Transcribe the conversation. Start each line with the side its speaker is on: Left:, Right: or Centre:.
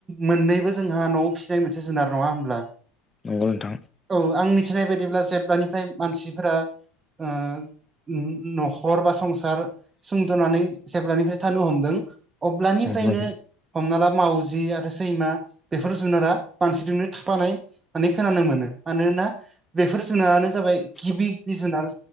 Right: मोन्नैबो जोंहा न'आव फिसिनाय मोनसे जुनार नङा होनब्ला?
Left: नंगौ नोंथां
Right: औ आं मिथिनाय बायदिब्ला जेब्लानिफ्राय मानसिफोरा। ओं। न'खर बा संसार सुंद'नानै जेब्लानिफ्राय थानो हमदों। अब्लानिफ्रायनो।
Left: हेलौ
Right: हमना ला मावजि आरो सैमा बेफोर जुनारा मानसिजोंनो थाफानाय माने खोनानो मोनो मानोना बेफोर जुनारानो जाबाय गिबि गिबि जुनार।